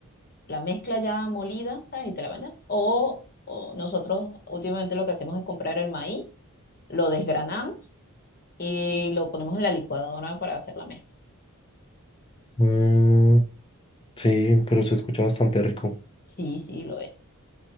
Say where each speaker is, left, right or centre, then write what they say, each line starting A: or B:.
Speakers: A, on the left; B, on the left.
A: la mezcla ya molida, ¿sabes? Y te la mandan. O, o nosotros últimamente lo que hacemos es comprar el maíz, lo desgranamos y lo ponemos en la licuadora para hacer la mezcla.
B: Mm, Sí, pero se escucha bastante rico.
A: Sí, sí, lo es.